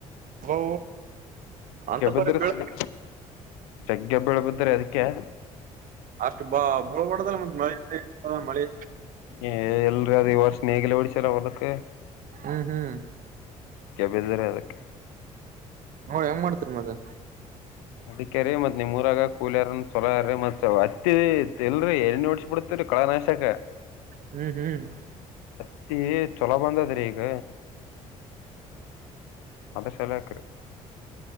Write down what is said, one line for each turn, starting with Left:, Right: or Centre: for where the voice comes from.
Right: ಹ ಅಂತ
Left: ಬಿದ್ರಿ
Right: ಪರಿ ಬೀಳ
Left: ಸದಿ ಜಗ್ಗೆ ಬೆಳ ಬದ್ರೆ ಅದಕ್ಕೆ
Right: ಅಷ್ಟು ಬಾ ಮುಳಬಡದಲ್ಲ ಮ ಮಳೆ ಮಳೆ
Left: ಏ ಎಲ್ರಿ ಅದ ವರ್ಷ ನೇಗಲ ಹೊಓಡಿಸರ ಹೊಲಕ್ಕ
Right: ಹ್ಮ್ ಹ್ಮ್
Left: ಬಿದ್ರ ಅದಕ್ಕೆ
Right: ಹೆಂಗ್ ಮಾಡ್ತರಿ ಮತ್ತೆ
Left: ಅದಕ್ಕೆಾರಿೀ ಮತ್ ನಿಮೂರಾಗ ಕೂಲಿಯಾರ ಚೊಲ್ರ ಮತ್ ಅತ್ತತ್ ಇಲ್ರಿ ಎ ಓಡ್ಸ್ ಬಿಡ್ತರಿ ಕಳನಾಾಶಕ್ಕ
Right: ಹ್ಮ್ ಹ್ಮ್
Left: ತ್ತ ಚೊಲೋ ಬಂದದ್ರಿ ಈಗ ಅದ ಚೆಲಕರು